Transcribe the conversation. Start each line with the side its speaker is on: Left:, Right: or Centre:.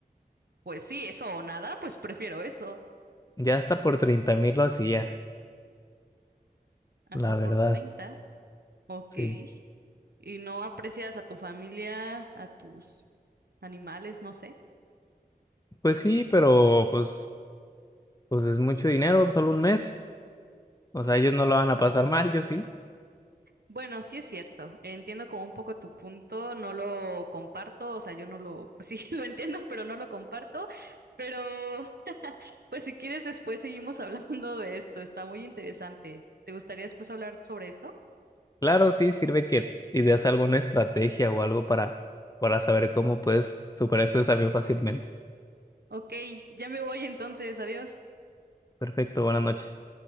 Right: Pues sí, eso o nada, pues prefiero eso.
Left: Ya hasta por treinta mil lo hacía,
Right: Hasta
Left: la
Right: por
Left: verdad.
Right: 30. Ok.
Left: Sí.
Right: y no aprecias a tu familia, a tus animales, no sé.
Left: Pues sí, pero pues, pues es mucho dinero, solo un mes. O sea, ellos no lo van a pasar mal, yo sí.
Right: Bueno, sí es cierto, entiendo como un poco tu punto, no lo comparto, o sea, yo no lo, pues sí, <laughs> lo entiendo, pero no lo comparto, pero pues si quieres después seguimos <laughs> hablando de esto, está muy interesante. ¿Te gustaría después hablar sobre esto?
Left: Claro, sí, sirve que ideas alguna estrategia o algo para, para saber cómo puedes superar ese desafío fácilmente.
Right: Ok, ya me voy entonces, adiós.
Left: Perfecto, buenas noches.